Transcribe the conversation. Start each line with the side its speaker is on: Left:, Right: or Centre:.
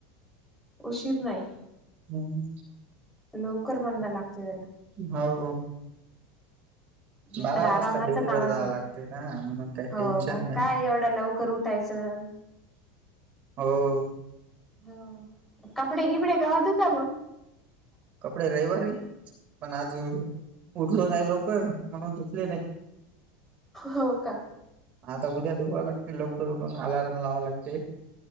Centre: उशीित नाही.
Right: हम्.
Centre: लवकर म्हणण लागते त्याला.
Right: होा.
Centre: नाही
Right: बारा
Centre: तर आरामाचं
Right: वाजता ड्युटीवरर
Centre: काम असेल
Right: जाव लागते ना म्हणून काही
Centre: हो
Right: टेन्शन
Centre: मग
Right: नाही.
Centre: काय एवढ्या लवकर उठायचं
Right: हो.
Centre: हो कपडे किपडे गवा दूता मग.
Right: कपडे रविवारी. पण आज उठलो नाही लवकर म्हणून तुथले नाही.
Centre: हो का.
Right: आता उद्या धुवा लागते लवकर उठून अलारम लावा लागते.